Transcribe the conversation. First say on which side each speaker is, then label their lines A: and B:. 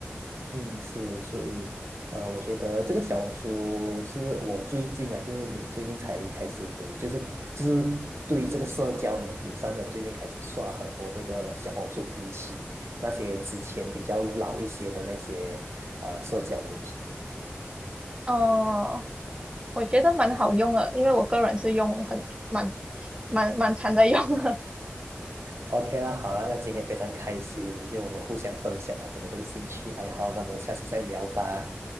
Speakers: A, on the right; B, on the right.
A: 嗯，是，所以，呃，我觉得这个小红书是我最近啊，就是也是最近才开始有，就是就是对于这个社交媒体上面，我最近开始刷很多这个小红书，比起那些之前比较老一些的那些呃社交媒体。
B: 哦、我觉得蛮好用的，因为我个人是用很蛮蛮蛮常在用的。
A: OK 啦，好啦，那今天非常开心，就我们互相分享我们的这个兴趣爱好，那我们下次再聊吧，